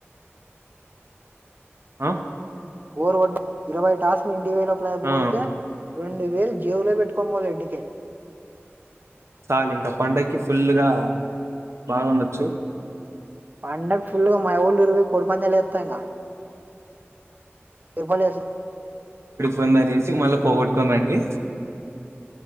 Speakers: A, on the right (about 75°); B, on the right (about 40°).
A: ఆ
B: ఓర్వట్ ఇరవై టాస్ మీ ఇం వేల ప్లాపు
A: ఆ
B: కొడితే రెండు వేలు జేబులో పెట్టుకోనిపోళ ఇంటికే
A: చాలు ఇంకా పండక్కి ఫుల్గా బాగుండొచ్చు
B: పండక్ ఫుల్గా మయవ్వోళ ఊరు కొడుపందాల తనా ఎవ్వల్లే అసలు
A: వంద జేసి మళ్ళా పోగొట్టుకోమండి